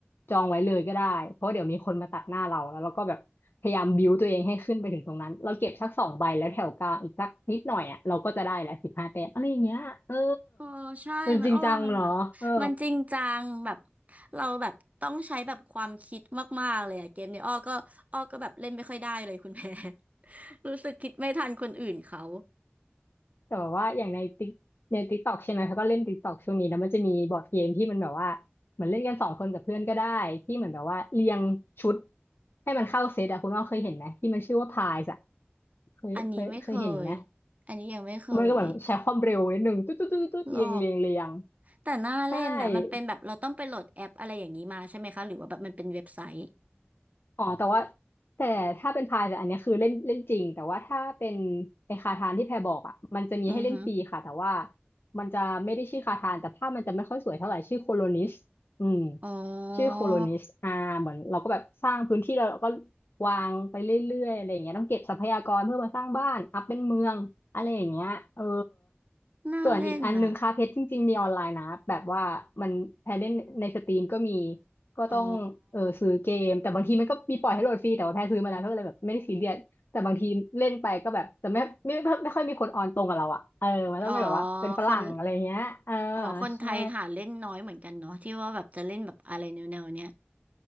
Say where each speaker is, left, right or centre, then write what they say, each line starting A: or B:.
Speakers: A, on the left; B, on the right.
A: จองไว้เลยก็ได้เพราะเดี๋ยวมีคนมาตัดหน้าเราแล้วเราก็แบบพยายามบิวตัวเองให้ขึ้นไปถึงตรงนั้นเราเก็บสักสองใบแล้วแถวกลางอีกสักนิดหน่อยอ่ะเราก็จะได้แหละสิบห้าแต้มอะไรอย่างเงี้ยเออ
B: โอ้ใช่มันอ้อว่ามันแบบมันจริงจังแบบ
A: มันจริงจังเหรอเออ
B: เราแบบต้องใช้แบบความคิดมากๆเลยอะเกมเนี้ยอ้อก็อ้อก็แบบเล่นไม่ค่อยได้เลยคุณ <laughs> แพร <laughs> รู้สึกคิดไม่ทันคนอื่นเขา
A: แต่แบบว่าอย่างในติ๊กในติ๊กต็อกใช่ไหมเขาก็เล่นติ๊กต็อกช่วงนี้แล้วมันจะมีบอร์ดเกมที่มันแบบว่าเหมือนเล่นกันสองคนกับเพื่อนก็ได้ที่เหมือนแบบว่าเรียงชุดให้มันเข้าเซตอะคุณว่าเคยเห็นไหมที่มันชื่อว่าพายส์อะเคยเคยเคยเห็นไหม
B: อันนี้ไม่เคยอันนี้ยังไม่เคย
A: มันก็เหมือนใช้ความเร็วนิดนึงตุ๊ดตุ๊ดตุ๊ดตุ๊ดเรียงเรียงเรียง
B: หรอ แต่หน้าเล่นน่ะมันเป็นแบบเราต้องไปโหลดแอปอะไรอย่างนี้มาใช่ไหมคะหรือว่าแบบมันเป็นเว็บไซต์
A: ใช่ อ๋อแต่ว่าแต่ถ้าเป็นพายแต่อันเนี้ยคือเล่นเล่นจริงแต่ว่าถ้าเป็นไอคาทานที่แพรบอกอ่ะมันจะมีให้เล่นฟรีค่ะแต่ว่า
B: อือฮึ
A: มันจะไม่ได้ชื่อคาทานแต่ภาพมันจะไม่ค่อยสวยเท่าไหร่ชื่อโคโลนิสอืม
B: อ๋อ
A: ชื่อโคโลนิสอ่าเหมือนเราก็แบบสร้างพื้นที่แล้วเราก็วางไปเรื่อยๆอะไรอย่างเงี้ยต้องเก็บทรัพยากรเพื่อมาสร้างบ้านอัพเป็นเมืองอะไรอย่างเงี้ยเออ
B: หน้าเล่นน่ะ
A: ส่วนอีกอันหนึ่งคาเพชรจริงๆมีออนไลน์นะแบบว่ามันแพรเล่นในสตรีมก็มี ก็ต้องเออซื้อเกมแต่บางทีมันก็มีปล่อยให้โหลดฟรีแต่ว่าแพ้ซื้อมาแล้วก็เลยแบบไม่ได้ซีเรียสแต่บางทีเล่นไปก็แบบแต่ไม่ไม่ไม่ไม่ค่อยมีคนออนตรงกับเราอ่ะเออมันต้องเป็นแบบว่าเป็นฝรั่งอะไรเงี้ยเออ
B: อ๋ออ๋อคนอ๋อคนไทยหาเล่นน้อยเหมือนกันเนาะที่ว่าแบบจะเล่นแบบอะไรแนวๆเนี้ย
A: ใช่